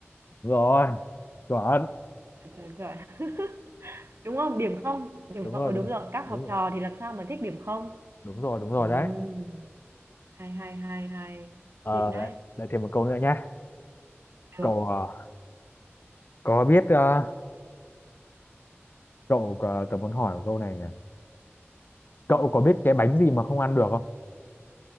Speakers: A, on the left; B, on the right.
A: đúng rồi chuẩn
B: Trời trời. <laughs> Đúng không? Điểm không? Điểm
A: đúng
B: không?
A: rồi
B: Ừ
A: đúng
B: đúng rồi, các học
A: đúng rồi
B: trò thì làm sao mà thích điểm không?
A: đúng rồi đúng rồi
B: Ừm,
A: đấy
B: hay hay hay hay.
A: Ờ,
B: Xịn đấy.
A: lại, lại thêm một câu nữa nhé.
B: Được.
A: Cậu ờ, có biết ờ, cậu có- tớ muốn hỏi một câu này này. Cậu có biết cái bánh gì mà không ăn được không?